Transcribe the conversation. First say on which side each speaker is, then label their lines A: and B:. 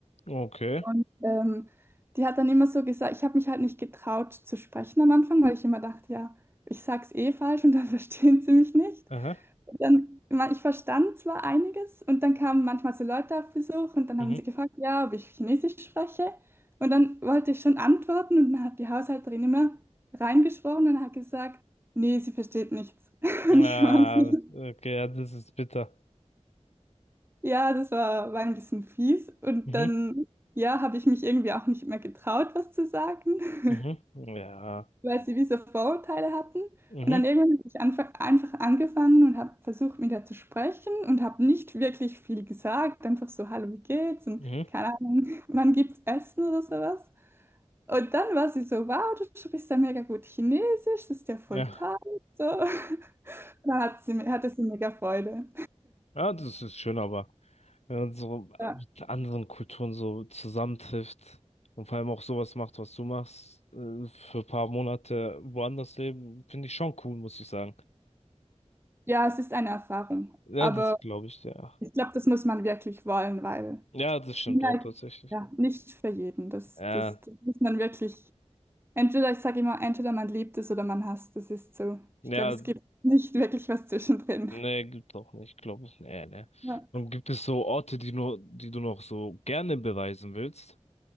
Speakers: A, on the left; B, on the right.
A: Okay.
B: und ähm, die hat dann immer so gesagt, ich habe mich halt nicht getraut zu sprechen am Anfang, weil ich immer dachte, ja, ich sag's eh falsch und dann <laughs> verstehen sie mich nicht.
A: Aha.
B: Und dann, ich ich verstand zwar einiges und dann kamen manchmal so Leute auf Besuch und dann
A: Mhm.
B: haben sie gefragt, ja, ob ich Chinesisch spreche und dann wollte ich schon antworten und dann hat die Haushälterin immer reingesprochen und hat gesagt, nee, sie versteht nichts. <laughs>
A: Ja,
B: Und ich war so,
A: okay, ja, das ist bitter.
B: Ja, das war, war ein bisschen fies. Und
A: Mhm.
B: dann, ja, habe ich mich irgendwie auch nicht mehr getraut, was zu sagen, <laughs>
A: Mhm. Ja.
B: weil sie diese Vorurteile hatten.
A: Mhm.
B: Und dann irgendwann habe ich einfach, einfach angefangen und habe versucht, mit ihr zu sprechen und habe nicht wirklich viel gesagt. Einfach so, hallo, wie geht's? Und
A: Mhm.
B: keine Ahnung, <laughs> wann gibt's Essen oder sowas. Und dann war sie so, wow, du sprichst ja mega gut Chinesisch, das ist ja voll
A: Ja.
B: toll. So. <laughs> Da hat sie, hatte sie mega Freude.
A: Ja, das ist schön, aber wenn man so
B: Ja.
A: mit anderen Kulturen so zusammentrifft und vor allem auch sowas macht, was du machst, äh, für ein paar Monate woanders leben, finde ich schon cool, muss ich sagen.
B: Ja, es ist eine Erfahrung.
A: Ja,
B: Aber
A: das glaube ich, ja.
B: Ich glaube, das muss man wirklich wollen, weil
A: Ja, das stimmt
B: China
A: auch tatsächlich.
B: ja nicht für jeden. Das,
A: Ja.
B: das, das muss man wirklich, entweder, ich sage immer, entweder man liebt es oder man hasst es, ist so.
A: Ja,
B: Ich glaube, es gibt <laughs> nicht wirklich was zwischendrin.
A: Nee, gibt auch nicht, glaube ich. Nee, nee.
B: Ja,
A: Und gibt es so Orte, die nur, die du noch so gerne bereisen willst?